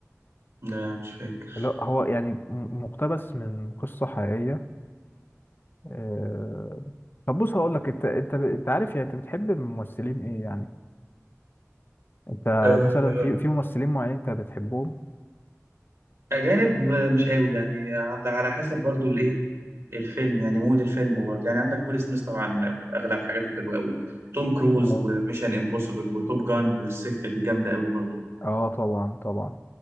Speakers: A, on the right; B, on the left.
A: لا مش فاكر
B: اللي هو هو يعني م- مقتبس من قصة حقيقية آه، طب بص هقول لك انت انت ب- انت عارف يعني انت بتحب ممثلين ايه يعني انت
A: آه
B: مثلا في في ممثلين معينين انت بتحبهم
A: أجانب مش قوي يعني على على حسب برضو الإيه الفيلم يعني مود الفيلم برضه يعني عندك ويل سميث طبعا اغلب حاجاته حلوه قوي توم كروز
B: اه
A: وميشن امبوسيبل وتوب جان والسكه دي جامده قوي برضه
B: اه طبعا طبعا